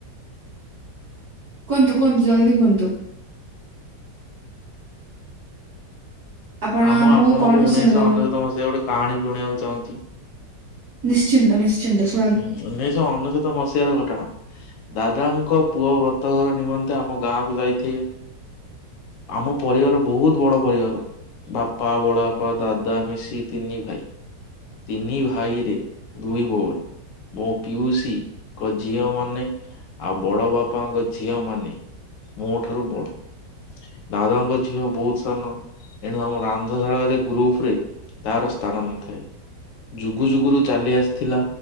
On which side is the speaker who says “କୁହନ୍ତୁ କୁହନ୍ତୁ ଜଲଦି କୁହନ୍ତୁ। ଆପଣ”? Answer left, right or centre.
Right